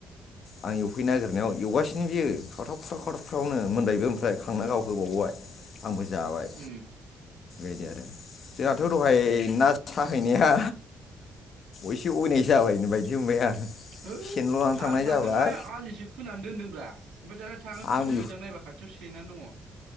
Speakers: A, on the left; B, on the right.
A: आं एवफैनो नागिरनायाव एवगासिनो बियो खावथाब फ्राव खावथाबफ्रावनो मोनबायबो ओमफ्राय खांना गाव होबावबाय आंबो जाबाय
B: उम
A: बिदि आरो जोंहाथ' दहाय ना साहैनाया एसे अयनाय जाबायनो बायदि <unintelligible>
B: है
A: सेनल' लाना थांनाय
B: आं सानदों
A: जाबाय
B: मा आलिसो खोना दोनदोंब्ला ओमफ्राय दाना थाङो
A: आंबो
B: थुनो मोजां नायबा खाथियाव से नानो दङ